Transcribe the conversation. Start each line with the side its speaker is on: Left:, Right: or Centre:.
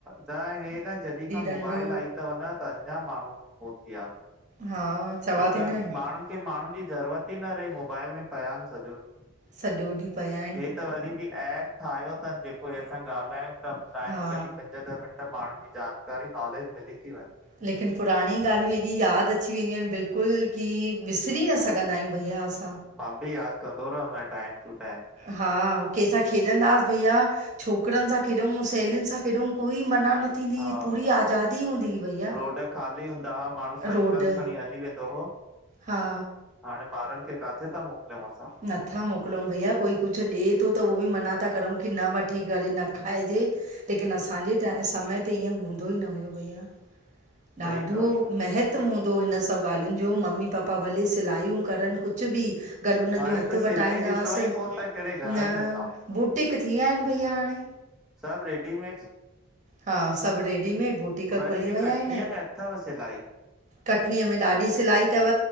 Centre: त, हे न जॾहिं खां मोबाइल
Right: डंडो
Centre: आई तव न त अञा माण्हू पचीया आहिनि।
Right: हा। चवां
Centre: छोक
Right: थी न
Centre: माण्हुनि खे माण्हुनि जी ज़रूरत ई न रही मोबाइल में पया आनि सॼो ॾींहुं
Right: सॼो ॾींहुं पया
Centre: हे त वरी बि ऐप ठाहियो तन जेको हे। असां ॻाल्हायूं ता। टाइम
Right: हा
Centre: कढी पंज ॾह मिंट माण्हुनि जी जानकारी नॉलेज मिली थी वञे।
Right: लेकिन पुराणी ॻाल्हियूं एॾी यादि अची वेंदियूं आनि। बिल्कुलु की विसरी न सघंदा आहियूं भईया असां।
Centre: मां बि यादि कंदो रहंदो आहियां टाइम टू टाइम।
Right: हा कंहिंसां खेॾंदासीं भईया। छोकिरनि सां केॾियऊं सहेलीयुनि सां केॾूंं कोई मना न थींदी
Centre: हा
Right: हुई पूरी आज़ादी हूंदी हुई। भैया
Centre: रोड खाली हूंदा हुआ माण्हू साइकल
Right: रोड
Centre: खणी हली वेंदो हो।
Right: हा
Centre: हाणे ॿारनि खे काथे ता मोकिलियूं असां।
Right: नथा मोकिलूं भईया कोई कुछु ॾिए थो त उहो बि मना था करूं की न वठी करे न खाइजे। लेकिन असांजे टा समय ते ईअं हूंदो ई न हुयो भईया।
Centre: सही
Right: ॾाढो।
Centre: ॻाल्हि
Right: महत्वु हूंदो हिन सभु ॻाल्हियुनि जो मम्मी पप्पा भले सिलायू करनि कुछु भी। गॾु हुननि
Centre: हाणे
Right: जो हथ
Centre: त सिलाई
Right: बटाईंदासीं
Centre: ॾिसूं ई
Right: न,
Centre: कोन था कहिड़े घर में असां
Right: बुटीक थी विया आहिनि भईया हाणे।
Centre: सभु रेडीमेड।
Right: हा। सभु रेडीमेड बुटीक
Centre: वरी
Right: खुली
Centre: बि
Right: वया
Centre: कटनीअ
Right: हिन्।
Centre: में अथव सिलाई।
Right: कटनीअ में ॾाढी सिलाई तव